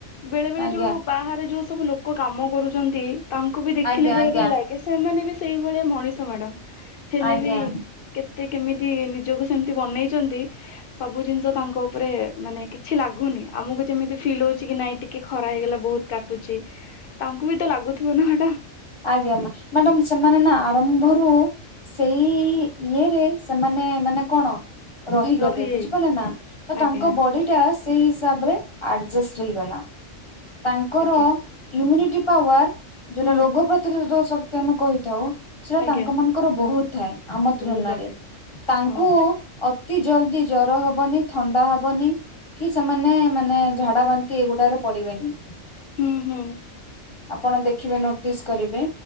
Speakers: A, on the left; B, on the left.
A: ବେଳେ ବେଳେ
B: ଆଜ୍ଞା
A: ଯୋଉ ବାହାରେ ଯୋଉ ସବୁ ଲୋକ କାମ କରୁଛନ୍ତି। ତାଙ୍କୁ ବି ଦେଖିଲେ
B: ଆଜ୍ଞା
A: ବେଳେବେଳେ
B: ଆଜ୍ଞା
A: ଲାଗେ ସେମାନେ ବି ସେଇଭଳିଆ ମଣିଷ! ସେ ମ୍ୟାଡ଼ାମ୍। ହେଲେ
B: ଆଜ୍ଞା।
A: ବି କେତ୍ ତେ କେମିତି ନିଜକୁ ସେମିତି ବନେଇଛନ୍ତି ସବୁ ଜିନିଷ ତାଙ୍କ ଉପରେ ମାନେ କିଛି ଲାଗ ଲାଗୁନି ଆମକୁ ଯେମିତି ଫିଲ୍ ହଉଛି କି ନାଇଁ ଟିକେ ଖରା ହେଇଗଲା ବହୁତ କାଟୁଛି ତାଙ୍କୁ ବି ତ ଲାଗୁଥିବ ନା ମ୍ୟାଡ଼ମ୍।
B: ଆଜ୍ଞା ମା ମ୍ୟାଡାମ୍ ସେମାନେ ନା ଆରମ୍ଭରୁ ସେଇ ଇଏରେ ସେମାନେ ମାନେ କଣ ରହିଗଲେ
A: ରହିଯାଇଛି
B: ବୁଝିପାରିଲେ ନା ତ
A: ଆଜ୍ଞା
B: ତାଙ୍କ ବଡି ଟା ସେଇ ହିସାବରେ ଆଡ ଆଜଷ୍ଟ ହେଇଗଲା। ତାଙ୍କର
A: ଆଜ୍ଞା
B: ଇମ୍ୟୁନିଟି ପାୱାର ଯୋଉଟା
A: ହୁଁ
B: ରୋଗ <unintelligible> ଶକ୍ତି ଆମେ କହିଥାଉ। ସେଟା
A: ଆଜ୍ଞା
B: ତାଙ୍କ ମାନଙ୍କର ବହୁତ। ଥାଏ। ଆମ ତୁଳନାରେ
A: ବହୁତ ଅଧିକ
B: ତାଙ୍କୁ
A: ହଁ
B: ଅତ୍ ତି ଜଲଦି ଜର ହବନି ଥଣ୍ଡା ହବନି କି ସେମାନେ ମାନେ ଝାଡା ବାନ୍ତି ଏଗୁଡାରେ ପଡିବେନି।
A: ହୁଁ ହୁଁ।
B: ଆପଣ ଦେଖିବେ ନୋଟିସ୍ କରିବେ।